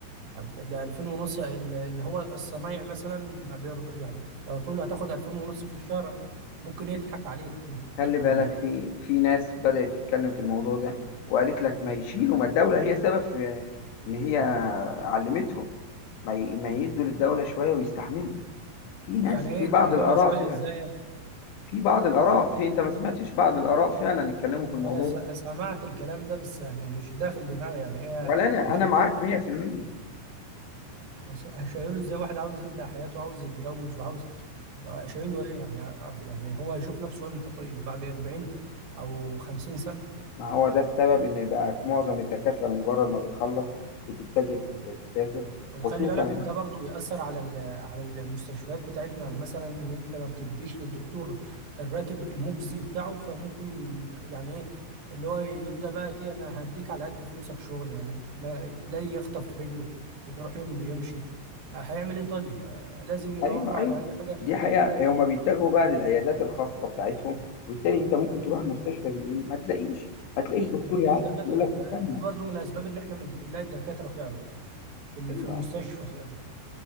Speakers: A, on the right; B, on the left.
A: أب- ده 2000 ونص ال- اللي هو الصنايعي مثلا ما بيرضى يعني لو تقول له هتاخد 2000 ونص في الشهر ممكن يضحك عليك من
B: خلي
A: كتر
B: بالك
A: ال...
B: في في ناس بدأت تتكلم في الموضوع ده وقالت لك ما يشيلوا ما الدولة هي سبب في ان هي علمتهم ما ي- ما يدوا للدولة شوية ويستحملوا في ناس
A: يعني
B: في
A: ايه يدي
B: بعض
A: للدولة
B: الآراء
A: شوية
B: طلعت
A: ازاي
B: كده في بعض الآراء
A: ده
B: في أنت ما سمعتش بعض الآراء فعلا اتكلموا في الموضوع
A: انا س-
B: ده
A: سمعت الكلام ده بس انا مش داخل دماغي يعني ايه
B: ولا أنا
A: شايف
B: أنا معاك 100%
A: هش- هشيله ازاي واحد عاوز يبدأ حياته وعاوز يتجوز وعاوز أبقى شايله ايه يعني أب- يعني هو هيشوف نفسه امتى طيب بعد 40 او 50 سنة
B: ما هو ده السبب إن بقى معظم الدكاترة مجرد ما بتخلص بتتجه تسافر
A: وخلي
B: خصوصا
A: بالك ده برضو بيأثر على ال- على المستشفيات بتاعتنا يعني مثلا ان انت ما بتديش للدكتور الراتب المجزي بتاعه فممكن يعني ايه اللي هو يبدأ بقى ايه انا هديك على قد فلوسك شغل يعني ما تلاقي يخطف رجله يروح يمضي يمشي آه، هيعمل ايه طيب آه، لازم يدور
B: أيوه
A: له
B: أيوه
A: على اي حاجة
B: دي
A: خارجية
B: حقيقة
A: كده
B: هما بيتجهوا بقى للعيادات الخاصة بتاعتهم وبالتالي أنت ممكن تروح المستشفى بالليل ما تلاقيش ما تلاقيش دكتور
A: ما تلاقيش
B: يعالجك
A: دكاترة
B: يقول لك
A: يبقى
B: استنى
A: دي برضو من الأسباب إن إحنا مش بنلاقي الدكاترة فعلا في ال-
B: أيوه
A: في المستشفى فعلا